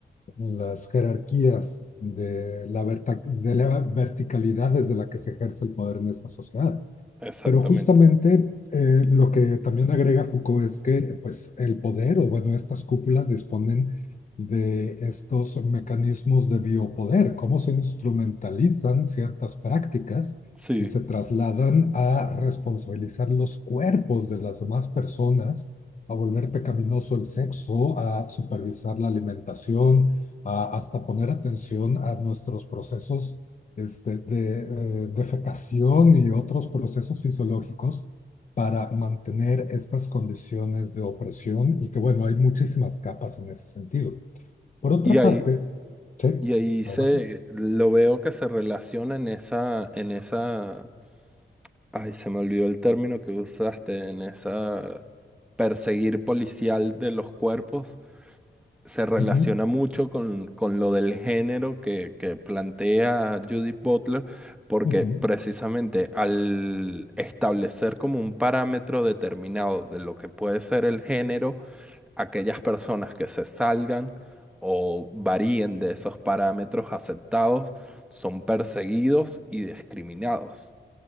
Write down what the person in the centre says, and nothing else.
Exactamente.
Sí.
Y ahí,
y ahí
se lo veo que se relaciona en esa, en esa. Ay, se me olvidó el término que usaste en esa perseguir policial de los cuerpos. Se relaciona
mucho con, con lo del género que, que plantea Judith Butler, porque
precisamente al establecer como un parámetro determinado de lo que puede ser el género, aquellas personas que se salgan o varíen de esos parámetros aceptados son perseguidos y discriminados.